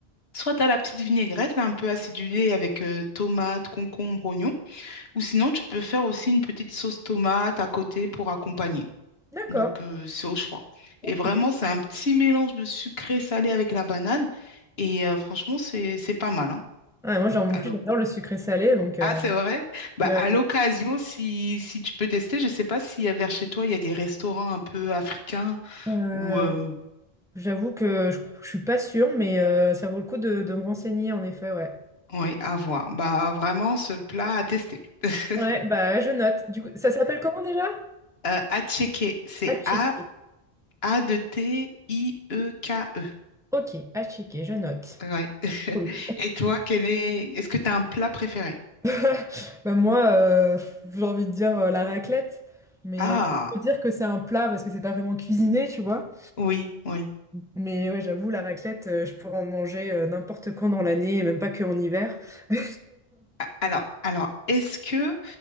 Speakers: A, on the left (about 75°); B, in the centre.
A: Soit tu as la petite vinaigrette, là, un peu acidulée avec euh, tomate, concombre, oignon. Ou sinon, tu peux faire aussi une petite sauce tomate à côté pour accompagner.
B: D'accord.
A: Donc, euh, c'est au choix.
B: Ok.
A: Et vraiment, c'est un petit mélange de sucré salé avec la banane. Et euh, franchement, c'est, c'est pas mal. hein.
B: Ouais, moi, genre, en
A: À
B: plus,
A: l'oc-
B: j'adore le sucré salé, donc euh,
A: Ah, c'est vrai? Bah,
B: euh,
A: à l'occasion, si, si tu peux tester, je ne sais pas si euh, vers chez toi, il y a des restaurants un peu africains
B: euh,
A: ou. euh,
B: j'avoue que je, je suis pas sûre, mais euh, ça vaut le coup de, de me renseigner, en effet, ouais.
A: Oui, à voir. Bah, vraiment, ce plat à tester. <laughs>
B: Ouais, bah je note. Du coup, ça s'appelle comment déjà?
A: Euh, à checker. C'est
B: À checker.
A: A, A de T, I, E, K, E.
B: Ok, à checker, je note.
A: Ouais. <laughs>
B: Cool.
A: Et toi, quel est... est-ce que tu as un plat préféré?
B: <laughs> Bah, moi, euh, j'ai envie de dire euh, la raclette, mais
A: Ah,
B: on peut dire que c'est un plat parce que c'est pas vraiment cuisiné, tu vois.
A: oui, oui.
B: Mais ouais, j'avoue, la raclette, euh, je pourrais en manger euh, n'importe quand dans l'année, et même pas que en hiver. <laughs>
A: A- Alors, alors, est-ce que